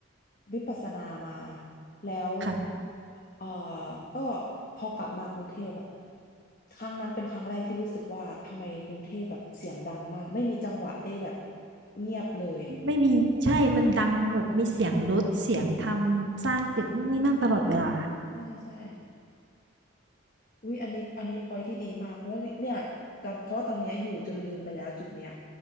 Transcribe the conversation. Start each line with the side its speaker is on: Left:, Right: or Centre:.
Left: วิปัสสนามาแล้ว
Right: ค่ะ
Left: เอ่อก็พอกลับมากรุงเทพอะครั้งนั้นเป็นครั้งแรกที่รู้สึกว่าทำไมกรุงเทพแบบเสียงดังมากไม่มีจังหวะได้แบบเงียบเลย
Right: ไม่มีใช่ มันดังแบบมีเสียงรถเสียงทำสร้างตึกนู่นนี่นั่นตลอดเวลา
Left: ใช่ใช่อุ้ยอันนี้อันนี้พอยที่ดีมากเพราะว่าเนี่ยตอนเพราะว่าตอนเนี้ยอยู่จนลืมไปแล้วจุดเนี้ย